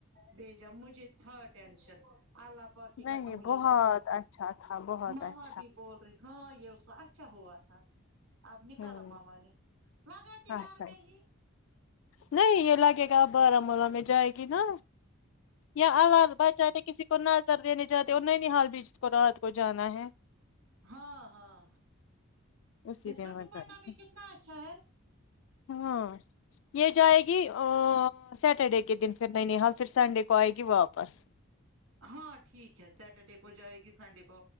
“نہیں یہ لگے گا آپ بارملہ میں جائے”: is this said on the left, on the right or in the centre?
Left